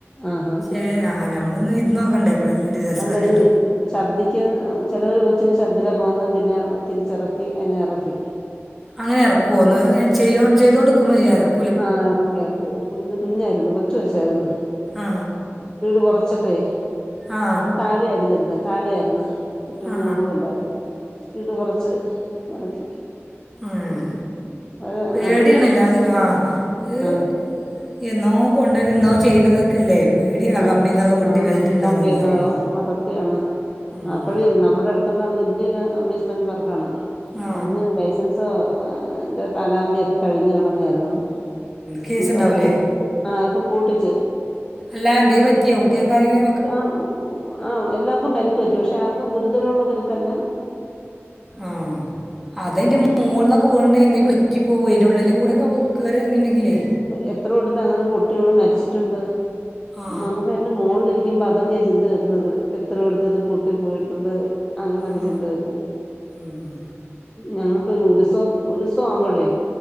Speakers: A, on the left; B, in the centre.
A: ആഹ് ആഹ്
B: ക്ഷേ ആഹ് നമ്മളൊന്ന് ഇരുന്ന് നോക്കണ്ടേ എപ്പോഴല്ലേ അതിൻ്റെ രസം
A: <unintelligible>
B: അറിയുള്ളൂ
A: ഛർദ്ദിക്കുന്ന് ചിലര് കൊച്ചിന് ചർദ്ദിലൊക്കെ വന്ന് പിന്നെ തിരിച്ചിറക്കി അതിനെ ഇറക്കി
B: അങ്ങനെ ഇറക്കോന്ന് ചെയ്യ ചെയ്തോണ്ട് നിക്കുമ്പോൾ <unintelligible>
A: ആഹ് ഇറക്കി ഇറക്കി ഒരു കുഞ്ഞ് കുഞ്ഞായിരുന്നു കൊച്ചു കൊച്ചായിരുന്നു
B: ആ
A: സ്പീഡ് കുറച്ചട്ടെ
B: ആ
A: അത് താഴെ ആയിരുന്നു ഇരുന്നെ താഴെയായിരുന്നു ഏറ്റവും
B: ആ
A: മോളിലും അല്ലായിരുന്നു സ്പീഡ് കുറച്ച് ഇറക്കി
B: ആഹ്
A: ഉം അത്
B: പേടിയാണ്
A: അത്
B: എല്ലാതിനും ആഹ് ഇത്
A: ആഹ്
B: എന്നോ കൊണ്ടുവരു എന്നോ ചെയ്യുന്നതൊക്കെ ക്കെല്ലേ പേടിയ
A: ആഹ്
B: കമ്പിന്നൊക്കെ പൊട്ടി
A: ആഹ്
B: <unintelligible>
A: കമ്പിയൊക്കെ
B: അറിയില്ല
A: സത്യാണ്
B: ഉം.
A: അപ്പഴേ നമ്മുടെ അടുത്തുള്ള അത് വല്യൊരു അമ്യൂസ്മെന്റ് പാർക് ആണ്
B: ആ
A: അതിന് ലൈ <unintelligible> അതിന്റെ കാലാവധിയൊക്കെ കഴിഞ്ഞു കിടന്നതായിരുന്നു
B: കേസ്
A: ഇനിപ്പോ
B: ഉണ്ടാവില്ലേ
A: അത് പൂ ആഹ് അതിപ്പൊ പൂട്ടിച്ച്
B: അല്ലാ എന്തേലും പറ്റ് <unintelligible>
A: ആഹ് ആഹ് എല്ലാർക്കും പരുക്ക് പറ്റി പക്ഷെ ആർക്കും ഗുരുതരമുള്ള പരുക്കല്ല
B: ആഹ് അതയിന്റെ മോളിന്നൊക്കെ വീണ് ട്ട്ണ്ടെങ്കി എന്തേലും പറ്റ് പറ്റി <unintelligible> അയ്‌ന്റെ ഉള്ളിൽ കൂടൊക്കെ നമ്മക്ക് കേറി ഇറങ്ങുണ്ടങ്കിലേ
A: എത്രോട്ത് അങ്ങനെ പൊട്ടി വീണ് മരിച്ചിട്ടുണ്ട്
B: ആ
A: നമ്മുക്ക് അതിന്റെ മോളിലിരിക്കുമ്പോ അതൊക്കെയ ചിന്ത വരുന്നത് എത്രയോട്ത്ത് ഇത് പൊട്ടി പോയിട്ടുണ്ട് അങ്ങനൊക്കെ
B: ആ
A: ചിന്ത വരും
B: ഉം.
A: ഞങ്ങൾക്ക് ഉത്സ ഉത്സവം ആവുമ്പോഴേ